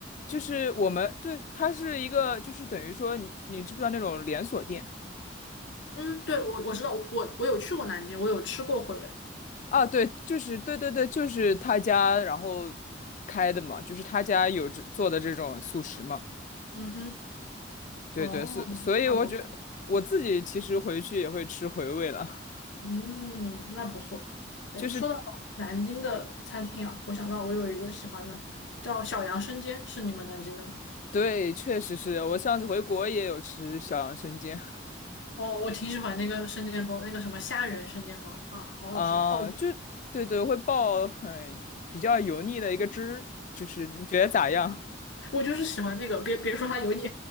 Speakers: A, on the left; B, on the left.
A: 就是我们对，它是一个，就是等于说你你知不知道那种连锁店
B: 嗯，对，我我知道，我我我有去过南京，我有吃过回味。
A: 啊？对，就是对对对，就是他家然后开的嘛，就是他家有这做的这种素食嘛。
B: 嗯哼，
A: 对对，
B: 哦，
A: 所所以我觉得我自己其实回去也会吃回味了，
B: 那不错，嗯，那不错。哎，
A: 就是
B: 说到南京的餐厅啊，我想到我有一个喜欢的，叫小杨生煎，是你们南京的吗？
A: 对，确实是我上次回国也有吃小杨生煎
B: 哦，我挺喜欢那个生煎包，那个什么虾仁生煎包啊，好好吃，
A: 啊，
B: 爆米
A: 就对对会爆很比较油腻的一个汁儿，就是你觉得咋样？
B: 我就是喜欢那个，别别说它油腻，